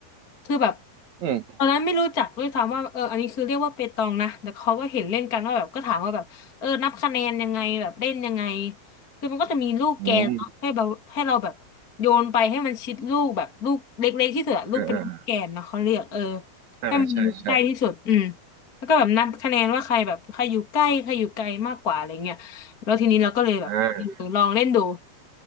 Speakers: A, on the left; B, on the right.
A: คือแบบ
B: อืม
A: ตอนนั้นไม่รู้จักด้วยซ้ำว่าเอออันนี้คือเรียกว่าเปตองนะแต่เขาก็เห็นเล่นกันว่าแบบก็ถามว่าแบบเออนับคะแนนยังไงแบบเล่นยังไงคือมันก็จะมีลูกแกนเนาะให้เราให้เราแบบโยนไปให้มันชิดลูกแบบลูกเล็กๆที่สุดอะลูกเป็นลูกแกนเนาะเขาเรียกเออ
B: อืมอ่าอ่าอ่าใช่ใช่
A: ให้มันอยู่ใกล้ที่สุดอืมแล้วก็แบบนับคะแนนว่าใครแบบใครอยู่ใกล้ใครอยู่ไกลมากกว่าอะไรเงี้ยแล้วทีนี้เราก็เลยแบบเออลองเล่นดู
B: อ่า